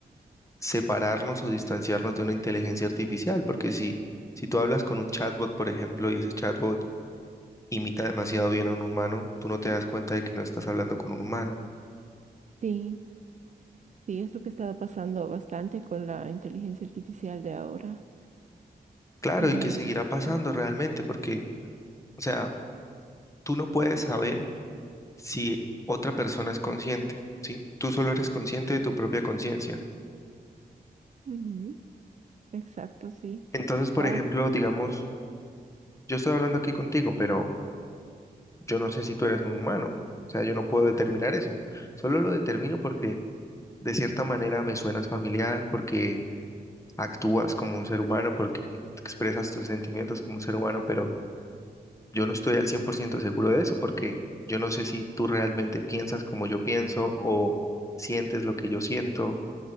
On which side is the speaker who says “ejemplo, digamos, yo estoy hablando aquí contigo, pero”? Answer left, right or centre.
Left